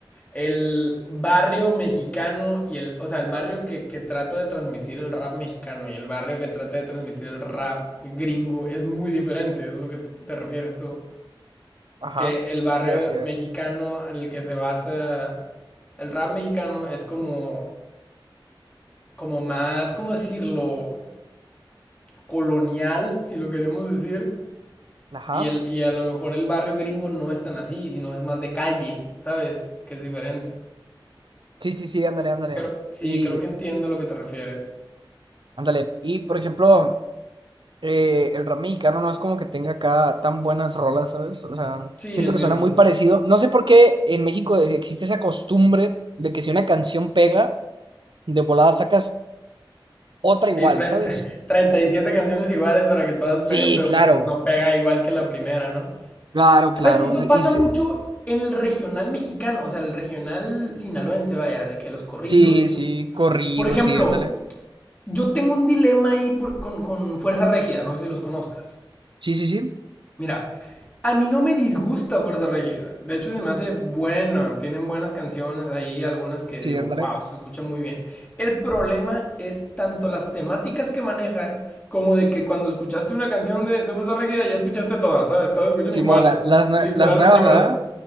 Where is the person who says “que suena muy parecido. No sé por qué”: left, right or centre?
Right